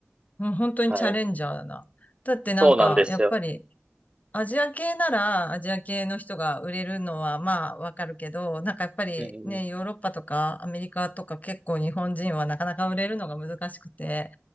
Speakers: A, on the left; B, on the right.
A: うん本当にチャレンジャーだな。
B: はい。
A: だってなんか、
B: そうなんですよ。
A: やっぱり、アジア系ならアジア系の人が売れるのはまあわかるけど、なんかやっぱりね、
B: うんうんうん。
A: ヨーロッパとかアメリカとか結構日本人はなかなか売れるのが難しくて、